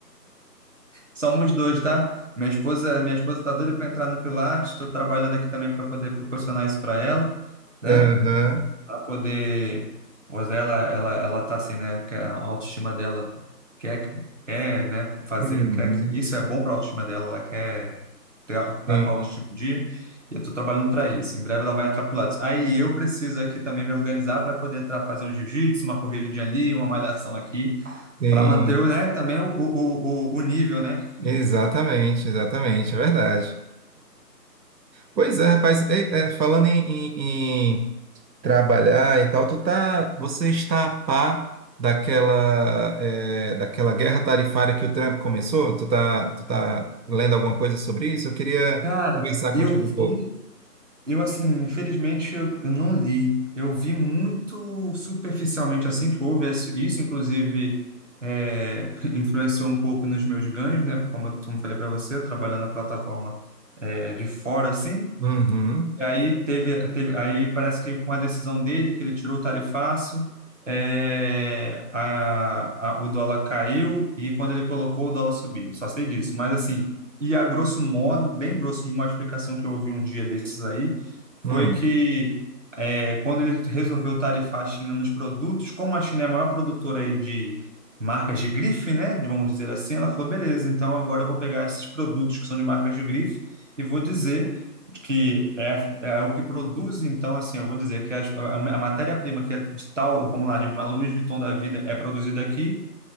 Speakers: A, on the right; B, on the right.
A: Somos dois, tá? Minha esposa, minha esposa tá doida para entrar no Pilates, estou trabalhando aqui também para poder proporcionar isso para ela, né?
B: Aham.
A: Para poder, pois ela, ela, ela tá assim, né? Que a autoestima dela quer, que- quer, né? Fazer,
B: Uhum.
A: quer que isso é bom para a autoestima dela, ela quer ter, tá
B: Sim,
A: com a autoestima em dia. E eu estou trabalhando para isso. Em breve ela vai entrar pro Pilates. Aí eu preciso aqui também me organizar para poder entrar fazer um jiu-jitsu, uma corridinha ali, uma malhação aqui.
B: sim.
A: Para manter, o né, também o, o, o, o nível, né?
B: Exatamente, exatamente, é verdade. Pois é, rapaz, é- é, falando em, em- trabalhar e tal, tu tá, você está a par daquela, é, daquela guerra tarifária que o Trump começou? Tu tá, tu tá lendo alguma coisa sobre isso? Eu queria
A: Cara,
B: conversar
A: eu
B: contigo
A: vi,
B: um pouco.
A: eu assim, infelizmente eu, eu não li. Eu vi muito superficialmente assim que houve isso, isso, inclusive é, <laughs> influenciou um pouco nos meus ganhos, né? Como eu como eu falei para você, trabalhando na plataforma é, de fora assim.
B: Uhum.
A: E aí teve, teve- aí parece que com a decisão dele que ele tirou o tarifaço, é, a- a- o dólar caiu e quando ele colocou o dólar subiu. Só sei disso, mas assim, e a grosso modo, bem grosso de uma explicação que eu ouvi um dia desses aí, foi
B: Hum.
A: que é, quando ele resolveu tarifar a China nos produtos, como a China é a maior produtora aí de marcas de grife, né, de- vamos dizer assim, ela falou, beleza, então agora eu vou pegar esses produtos que são de marcas de grife e vou dizer que é, é o que produz, então, assim, eu vou dizer que a, a matéria-prima que é de tal, vamos lá, de uma Louis Vuitton da vida, é produzida aqui,